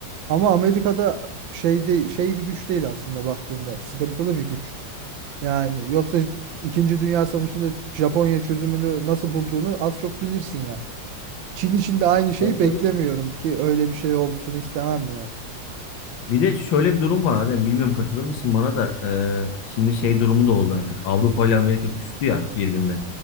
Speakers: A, on the right; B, on the left.
A: Ama Amerika'da şey de, şey bir güç değil aslında baktığında. Sıkıntılı bir güç. Yani yoksa İkinci Dünya Savaşı'nda Japonya çözümünü nasıl bulduğunu az çok bilirsin ya. Çin için de aynı şeyi
B: Tabii
A: beklemiyorum
B: tabii.
A: ki öyle bir şey olsun istemem
B: Bir de şöyle bir durum var Adem. Bilmiyorum katılır mısın bana da. e, şimdi şey durumu da oldu artık. Avrupa ile Amerika küstü ya birbirine.